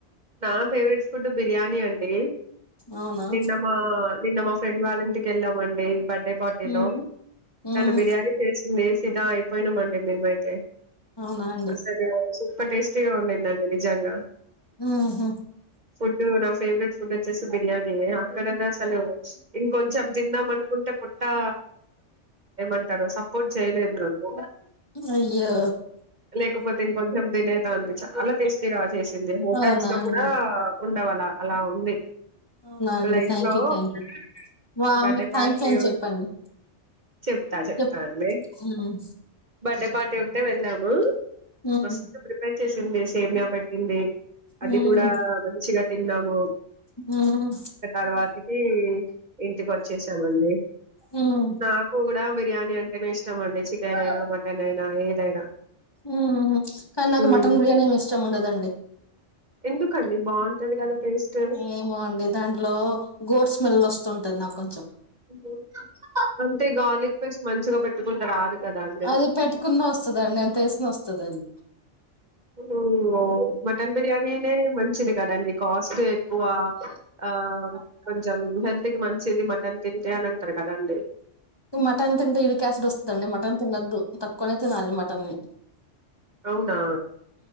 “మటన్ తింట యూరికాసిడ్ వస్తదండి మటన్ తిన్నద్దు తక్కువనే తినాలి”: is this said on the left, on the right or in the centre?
Left